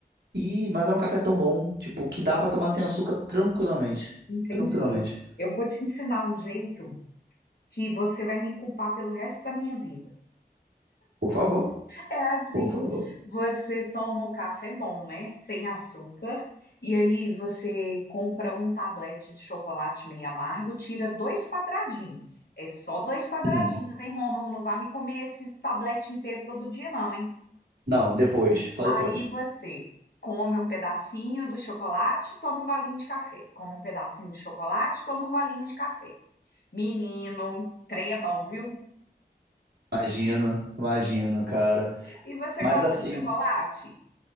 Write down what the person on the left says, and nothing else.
entendi.
Eu vou te ensinar um jeito que você vai me culpar pelo resto da minha vida.
É assim,
você toma o café bom, né? Sem açúcar. E aí você compra um tablete de chocolate meio amargo, tira dois quadradinhos. É só dois quadradinhos,
hein, Rômulo? Não vai me comer esse tablete inteiro todo dia, não, hein?
Aí
você come um pedacinho do chocolate, toma um golinho de café. Come um pedacinho de chocolate, toma um golinho de café. Menino, trem é bom, viu?
E você
gosta
de chocolate?